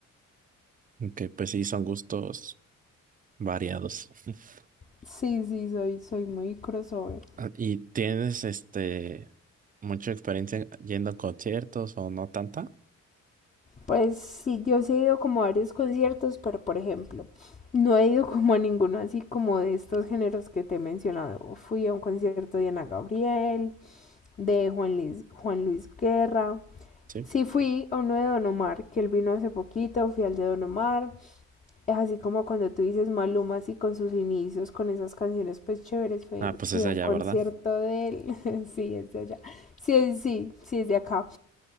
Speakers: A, on the right; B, on the left.
A: Que pues sí, son gustos variados. <laughs>
B: Sí, sí, soy, soy muy crossover.
A: Ah, ¿Y tienes este mucha experiencia yendo a conciertos o no tanta?
B: Pues sí, yo sí he ido como a varios conciertos, pero por ejemplo, no he ido <laughs> como a ninguno así como de estos géneros que te he mencionado. Fui a un concierto de Ana Gabriel, de Juan Luis, Juan Luis Guerra.
A: Sí.
B: Sí fui a uno de Don Omar, que él vino hace poquito, fui al de Don Omar. Es así como cuando tú dices Maluma, así con sus inicios, con esas canciones pues chéveres, fui,
A: Ah, pues
B: fui
A: es
B: a
A: allá,
B: un concierto
A: ¿verdad?
B: de él. <laughs> sí, es de allá. Sí, es- sí, sí, es de acá.